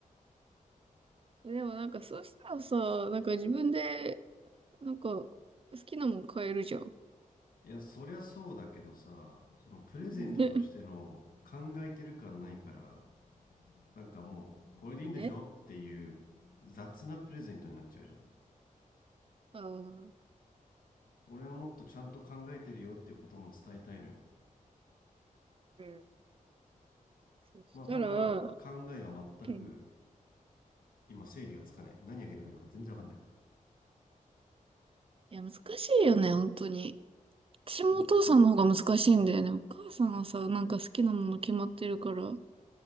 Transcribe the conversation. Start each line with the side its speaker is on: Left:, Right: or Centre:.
Right: <laughs> でもなんかそうしたらさ、なんか自分で、なんか好きなもん買えるじゃん。
Left: いや、そりゃそうだけどさ、そのプレゼントとしての考えてる感ないから、
Right: <laughs> ね。
Left: なんかもう、これでいいんでしょっていう雑なプレゼントになっちゃうじゃん。
Right: そうね。あー
Left: 俺はもっとちゃんと考えてるよっていうことも伝えたいのよ。
Right: うん。そしたら、
Left: まあただ、考えが全く
Right: うん
Left: 今整理がつかない。何あげればいいのか全然わかんない。
Right: いや、難しいよね、本当に。私もお父さんの方が難しいんだよね。
Left: いや
Right: お母さんはさ、なんか好きなもの決まってるから、